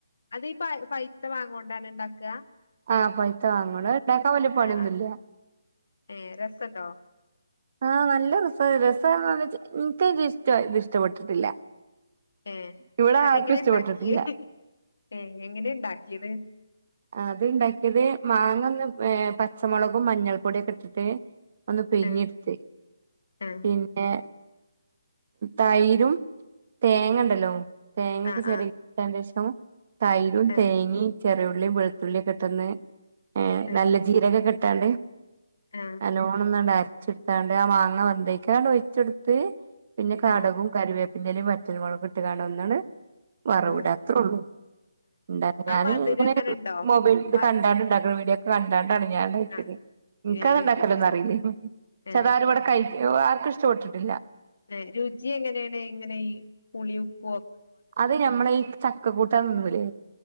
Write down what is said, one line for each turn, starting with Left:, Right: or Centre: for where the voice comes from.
Left: അത് പ പൈത്തമാങ്ങോണ്ടാണ് ഇണ്ടാക്കാ
Right: ആ പഴത്ത വാങ്ങണം ഉണ്ടാക്കാ വലിയ പണിയൊന്നുല്ല
Left: ആഹ് ഏ രസണ്ടോ
Right: ആ നല്ല റിസ രസ <unintelligible> ഇത് ഇഷ്ടപ്പെട്ടിട്ടില്ല
Left: ഏ
Right: ഇവിടെ
Left: അതെങ്ങനെ
Right: ആർക്കും ഇഷ്ടപ്പെട്ടിട്ടില്ല
Left: ഇണ്ടാക്കിയേ ഏ എങ്ങനെയിണ്ടാക്കിയത്
Right: അത് ഇണ്ടാക്കിയത് മാങ്ങ ഒന്ന് ഏ പച്ചമുളകും മഞ്ഞൾപ്പൊടിയൊക്കെ ഇട്ടിട്ട് ഒന്ന് പിഞ്ഞെടുത്ത്
Left: ആ ആ
Right: പിന്നെ തൈരും തേങ്ങണ്ടല്ലോ തേങ്ങക്ക്
Left: ആ
Right: ചെറിയ
Left: ആ
Right: <unintelligible> തൈരും
Left: ആ
Right: തേങ്ങേ ചെറിയു ള്ളിയും വെളുത്തുള്ളിയൊക്കിട്ടൊന്ന്‌ ഏ
Left: ആ
Right: നല്ല ജീരകൊക്കെ <unintelligible>
Left: ആ
Right: നല്ലോണന്നങ്ങാണ്ട് അരച്ചെടുത്താ <unintelligible> മാങ്ങ വെന്തേക്കാണ്ട് ഒഴിച്ചെടുത്ത് പിന്നെ കാടകോം
Left: ആ ആ
Right: കരിവെ പിന്നലേം വറ്റല് മുളക് ഇട്ട്കാണ്ട്ഒന്നണ്ട് വറവിടാ
Left: ആ
Right: അത്രേള്ളൂ. <unintelligible> ഞാന്
Left: ആ മധുരം
Right: ഇങ്ങനെ
Left: എങ്ങനെണ്ടോ
Right: മൊബൈൽ ഇത്
Left: മധ്
Right: കണ്ടാണ്ടുണ്ടാക്കണ വീഡിയോ <unintelligible> അതെ ഞാൻ കഴിച്ചത്
Left: ആ
Right: ൻക്കത്
Left: ആ യൂട്യൂബില്
Right: ഉണ്ടാക്കണ്ടെന്നറിയില്ലെന്നു
Left: ആ
Right: ചേലാരിവിടെ കഴി ഇവിടെ ആർക്കും ഇഷ്ടപ്പെട്ടിട്ടില്ല
Left: ല്ലെ രുചി എങ്ങനെയാണ് എങ്ങനെഈ പുളി ഉപ്പോ
Right: അത് ഞമ്മള ചക്ക കൂട്ടാൻ തിന്നൂലേ